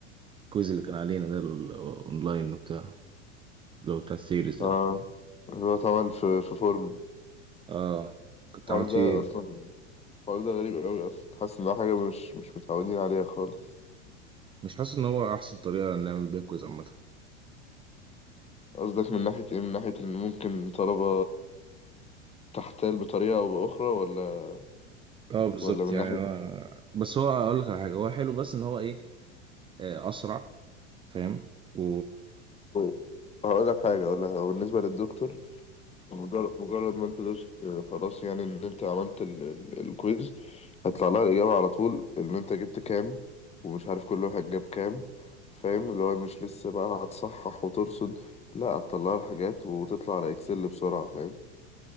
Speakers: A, on the right (about 15°); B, on the left (about 20°).
A: الكويز اللي كان علينا ده ال- الاونلاين وبتاع اللي هو بتاع السيريز
B: اه
A: ده
B: هو اتعمل في في فورم
A: اه كنت
B: الحوار
A: عملت
B: ده
A: فيه إيه؟
B: اصلا الحوار ده غريب قوي اصلا حاسس انها حاجه مش مش متعودين عليها خالص
A: مش حاسس ان هو احسن طريقة نعمل بيها كويز عامة
B: قصدك من ناحيه ايه من ناحيه ان ممكن طلبه تحتال بطريقه او باخرى ولا
A: اه بالظبط
B: ولا من
A: يعني
B: ناحيه
A: انا بس هو اقول لك على حاجة هو حلو بس ان هو ايه آه اسرع فاهم و...
B: طيب، هقول لك حاجه ولا بالنسبه للدكتور مجرد مجرد ما انت دوست آه، خلاص يعني ان انت عملت ال... ال... الكويز هيطلع لها الإجابة على طول ان انت جبت كام ومش عارف كل واحد جاب كام فاهم اللي هو مش لسه بقى هتصحح وترصد لا هتطلع لها الحاجات وتطلع على اكسل بسرعة فاهم